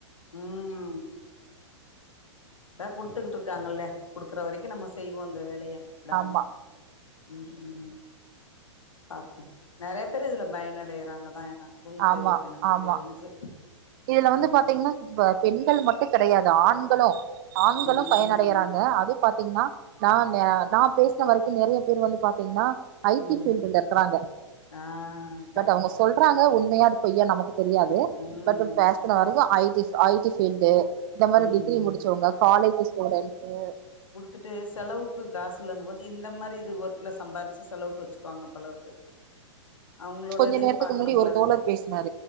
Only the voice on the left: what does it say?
ம் அதா குடுத்துக்கிட்டு இருக்காங்கல்ல குடுக்குற வரைக்கு நம்ம செய்வோ இந்த வேலய விடாம
ம் பாப்போ நெறையா பேரு இதுல பயனடையறாங்கதா ஏனா ம்
தெரு எனக்கு
தெரிஞ்சு
ஆமா
ம்
ம்
ஆ கரெக்ட்
கரெக்ட்
ம்
ம்
பத்துட்டு செலவுக்கு காசு இல்லங்க போது இந்த மாரி இது ஒர்க்ல சம்பாிச்சு செலவுக்கு வச்சுக்குவாங்க போல இருக்கு அவங்களோடதையும்
பாக்கணும்ல